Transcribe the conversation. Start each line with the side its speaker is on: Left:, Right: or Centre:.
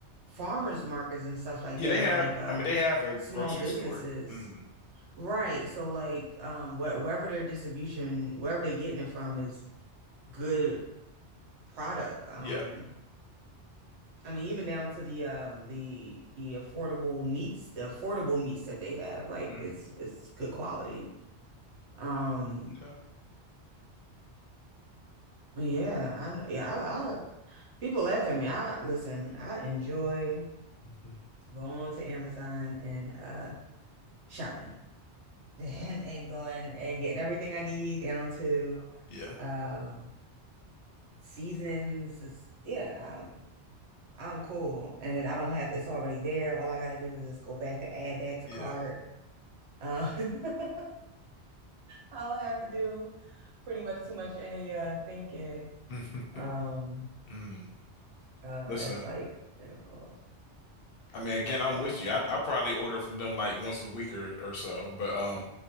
Right: farmers markets and stuff like
Left: Yeah,
Right: that,
Left: they have.
Right: or like um
Left: I mean, they have a
Right: small
Left: grocery
Right: businesses.
Left: store. hmm
Right: Right. So like um wh wherever their distribution, wherever they're getting it from is good product. Um,
Left: Yeah.
Right: I mean even down to the um the the affordable meats, the affordable meats that they have, like
Left: hmm
Right: it's it's good quality. Um.
Left: Okay.
Right: Yeah, I know. Yeah, I, I people laugh at me. I listen, I enjoy
Left: Mhm.
Right: going to Amazon and uh shopping <laughs> and, and going and getting everything I need down to
Left: Yeah.
Right: um seasons. It's- yeah, I'm I'm cool. And then I don't have this already there. All I gotta do is just go back to add back to
Left: Yeah.
Right: cart. Uh, <laughs> I don't have to do pretty much too much any uh thinking.
Left: <laughs>
Right: Um
Left: Mm.
Right: uh
Left: Listen,
Right: that's like you know,
Left: I mean, again, I'm
Right: so
Left: with you. I I probably order from them like once a week or, or so. But um,